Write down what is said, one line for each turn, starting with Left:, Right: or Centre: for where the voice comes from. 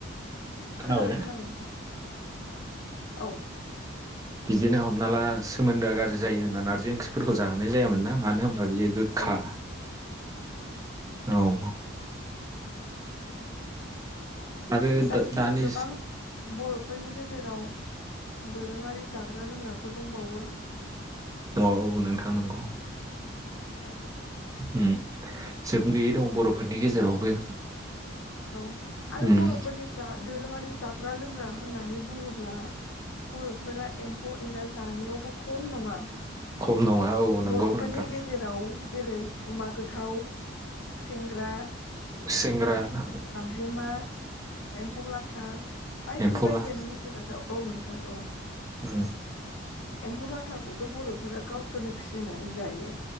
Right: खोनाबायना
Left: खोनाबाय खोनाबाय नोंथां औ।
Right: बिदि नो हमना ला सोमोन्दोआ गाज्रिायो होनना नारजि ओंख्रिफोरखौ जाहोनाय जायामोन ना मानो होम बा बियो गोखा
Left: औ
Right: औ आरो
Left: बेबायदिनो
Right: दानि
Left: गोबां बर' फोरनि गेजेराव दोरोङारि जाग्रा लोंग्राफोर दंबावो
Right: औ नोंगौ नंगौ
Left: औ
Right: उम जोबनो गैयै दं बर'फोरनि गेजेरावबो।
Left: औ आरो
Right: उम
Left: बर'फोरनि जा दोरोङारि जाग्रा लोंग्रा होननानै बुङोब्ला बर'फोरा एम्फौ एनला जानायावबो खम नङा।
Right: खम नङा औ नंगौ
Left: बर'फोरनि
Right: नोंथां
Left: गेजेराव जेरै गुमा गोथाव- खुसेेंग्रा
Right: सिंग्राना
Left: जेमा एम्फौ लाथा बायदि
Right: एम्फौला
Left: बायदियानो मोख'जाथाव औ नों औ
Right: उम
Left: एम्फौ लाथाखौथ' बरफ गावसोरनो फिसिनानै जायो